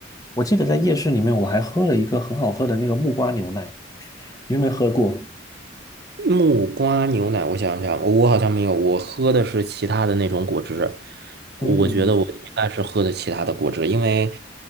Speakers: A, on the left (about 20°); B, on the right (about 60°).
A: 我记得在夜市里面，我还喝了一个很好喝的那个木瓜牛奶，你有没有喝过？
B: 木瓜牛奶，我想想，我好像没有，我喝的是其他的那种果汁。我觉得我应该是喝的其他的果汁，
A: 嗯，
B: 因为